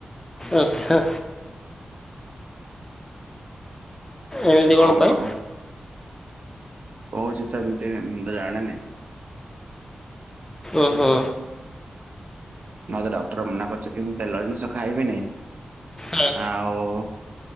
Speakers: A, on the left (about 15°); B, on the right (about 55°).
A: ଆଛା। ଏମିତି
B: କଣ
A: ପାଇଁ
B: କଣ କହୁଛି ତ ଏମିତି ମୁଁ ତ ଜାଣେନି।
A: ଓହୋ।
B: ମତେ ଡକ୍ଟର ମନା କରୁଛ କି ମୁଁ ତେଲ ଜିନିଷ ଖାଇବିନି।
A: ହଁ
B: ଆଉ